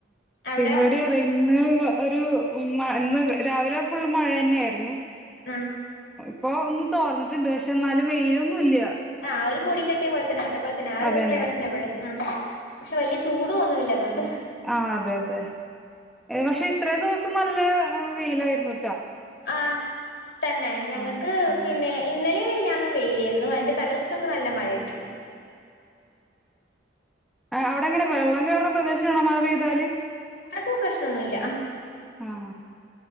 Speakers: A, on the left; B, in the centre.
A: അവിടെയോ
B: ഇവടെ അതെ ഇന്ന് വ ഒര് ട്ട് ഉമ്മ ന്ന് രാവിലെ ഫുൾ മഴന്നായ്രുന്നു
A: ഉം
B: ഇപ്പൊ ഒന്ന് തോർന്നിട്ട്ണ്ട് പക്ഷെ എന്നാലും വെയിലൊന്നുല്ല
A: ആ ഒരു മൂടിക്കെട്ടെ പോൽ തന്നെ അതുപോൽതന്നെ ആ ഒരു
B: അതന്നെ
A: ക്ലൈമറ്റന്നെവെടിം ആഹ് പക്ഷെ വല്യ ചൂട് തോന്നണ് ലതൊണ്ട്
B: ആ അതെ അതെ പക്ഷെ ഇത്രയും ദിവസം നല്ല വെയിലായിരുന്നു
A: ആ തന്നെ ഞങ്ങക്ക്
B: ആഹ് ആഹ്
A: പിന്നെ ഇന്ന പല്ല മണ ഞാന്നു വെയിലായിരുന്നു അതിന്റെല ദിവസൊക്കെ നല്ല മഴ കിട്ടി
B: അവിടെങ്ങനെ വെള്ളം കയറുന്ന പ്രദേശ ക്ഷണമഴ പെയ്താല്
A: അ പ്രശ്നൊന്നുമല്ല
B: ആഹ